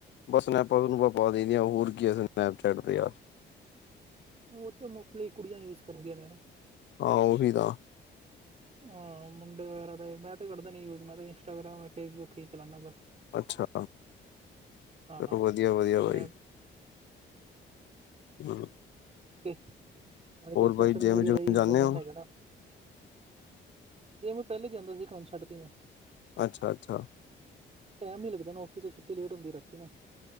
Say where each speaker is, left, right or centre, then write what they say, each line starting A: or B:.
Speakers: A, on the left; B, on the right.
A: ਬਸ ਸਨੈਪਾਂ ਸਨੂਪਾਂ ਪਾ ਦਈ ਦੀ ਆ, ਹੋਰ ਕੀ ਐ ਸਨੈਪਚੈਟ ਤੇ ਯਾਰ।
B: ਉਹ ਤੇ ਮੋਸਟਲੀ ਕੁੜੀਆਂ ਯੂਜ ਕਰਦੀਆਂ ਨੇ ਹਨਾ।
A: ਹਾਂ ਉਹ ਵੀ ਤਾਂ।
B: ਹਾਂ ਮੁੰਡੇ ਵਗੈਰਾ ਤੇ, ਮੈਂ ਤੇ ਕਰਦਾ ਨੀ ਯੂਜ, ਮੈਂ ਤੇ ਇੰਸਟਾਗ੍ਰਾਮ, ਫੇਸਬੁੱਕ ਹੀ ਚਲਾਂਦਾ ਬੱਸ।
A: ਅੱਛਾ।
B: ਹਾਂ
A: ਚਲੋ ਵਧੀਆ- ਵਧੀਆ ਬਾਈ,
B: ਸਨੈਪ
A: ਹੂੰ।
B: ਤੇ ਅੱਜ- ਕੱਲ੍ਹ ਸੋਸ਼ਲ
A: ਬਾਈ ਜਿਮ
B: ਮੀਡੀਆ
A: ਜੁਮ
B: ਦਾ ਹੀ
A: ਜਾਂਦੇ
B: ਜ਼ਮਾਨਾ
A: ਹੋ
B: ਹੈਗਾ ਨਾ। ਜੇ ਮੈਂ ਪਹਿਲੇ ਜਾਂਦਾ ਸੀ, ਕੌਣ ਛੱਡ ਤੀ ਮੈਂ।
A: ਅੱਛਾ -ਅੱਛਾ।
B: ਟੈਮ ਨੀ ਲੱਗਦਾ ਨਾ, ਔਫਿਸ ਤੋ ਛੁੱਟੀ ਲੇਟ ਹੁੰਦੀ ਰਾਤੀ ਨਾ।